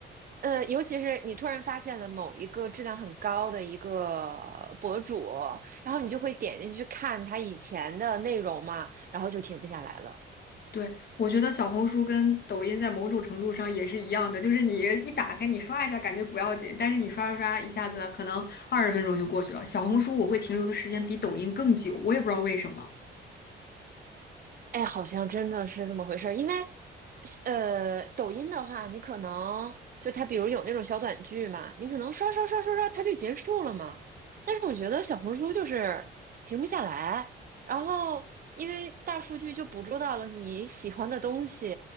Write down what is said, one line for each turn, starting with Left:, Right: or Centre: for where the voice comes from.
Right: 呃，尤其是你突然发现了某一个质量很高的一个博主，然后你就会点进去看他以前的内容嘛，然后就停不下来了。
Left: 对，我觉得小红书跟抖音在某种程度上也是一样的，就是你一打开，你刷一下感觉不要紧，但是你刷刷刷，一下子可能二十分钟就过去了。小红书我会停留的时间比抖音更久，我也不知道为什么。
Right: 哎，好像真的是这么回事儿。因为呃，抖音的话，你可能就它，比如有那种小短剧嘛，你可能刷刷刷刷刷，它就结束了嘛。但是我觉得小红书就是停不下来，然后因为大数据就捕捉到了你喜欢的东西，